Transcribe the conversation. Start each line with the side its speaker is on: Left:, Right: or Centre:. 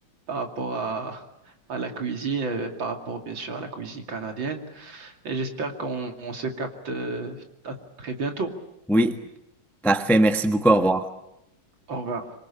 Right: par rapport à, à la cuisine, euh, par rapport bien sûr à la cuisine canadienne. Et j'espère qu'on on se capte euh, à très bientôt.
Centre: Oui, parfait. Merci beaucoup. Au revoir.
Right: Au revoir.